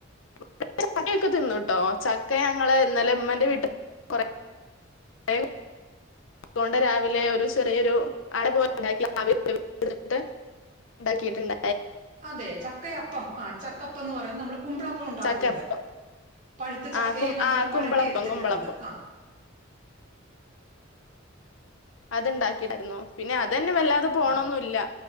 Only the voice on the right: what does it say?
അതെ ചക്കയപ്പം ആ ചക്കപ്പംന്ന് പറയും നമ്മള് കുമ്പളപ്പം ഉണ്ടാക്കുന്നത്
പഴുത്ത ചക്കയെ
നമ്മള്
വരട്ടി എടുത്തിട്ടുള്ളത്
ആഹ്
ആഹ്